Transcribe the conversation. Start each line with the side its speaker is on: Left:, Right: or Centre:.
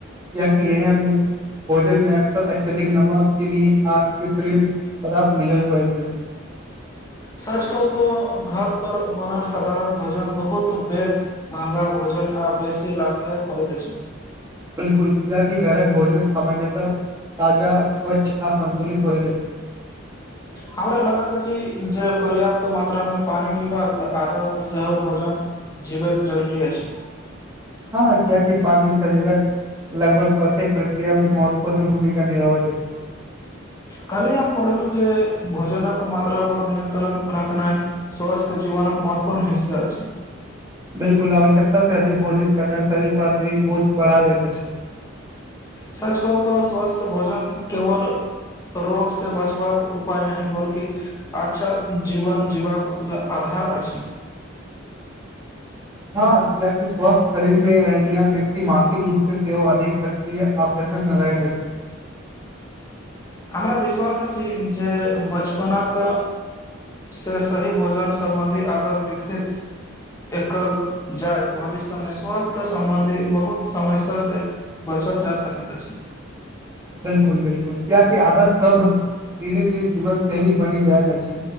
Right: कियाकी एहेन भोजन मे अक्सर अत्यधिक नमक चीनी आ कृत्रिम पदार्थ मिलल होइत अछि <inaudible>
Left: सझ कहु त घर पर बनल साधारण भोजन बहुत बेर महंगा भोजन आ बेसी लाभदायक होइत अछी
Right: बिलकुल कियाकि घरक भोजन सामान्यतः ताजा स्वच्छ आ सन्तुलित होइत अछी <inaudible>
Left: हमरा लागत अछी जे पर्याप्त मात्रा मे पानी पीबाक आदत सेहो भ जल जीबैत जरुरी अछि
Right: हँ कियाकि पानी शरीरक लगभग प्रत्येक प्रक्रिया मे महत्वपूर्ण भूमिका निभाबैत अछि
Left: काली हम पढ़लु जे भोजन क मात्रा पर नियंत्रण राखनाइ सहस्त जीवनक महत्वपूर्ण हिस्सा छै
Right: बिलकुल आवश्यकता से अधिक भोजन करना शरीर पर अतिरिक्त बोझ बढ़ा दैत अछि
Left: सच कहू तऽ स्वस्थ भोजन केवल रोग से बचबाक उपाय नहि बल्कि अच्छा जीवन जीवक आधार भार अछी
Right: <inaudible> हँ कियाकी <unintelligible> स्वस्थ शरीर मे रहनिहाराल व्यक्ति मानसिक रूप से सेव अधिक सक्रिय आ नहि रहै त अछी
Left: हमरा विश्वास अछि जे बचपनक से सही भोजन सम्बन्धी आदत विकसित एकल जाय भविष्य मे स्वास्थ्य सम्बन्धी बहुत समस्या से बच चल जा सकैत अछी
Right: <inaudible> बिलकुल बिलकुल किया की आदत सब धीरे धीरे जीवन शैली बनी जायत अछी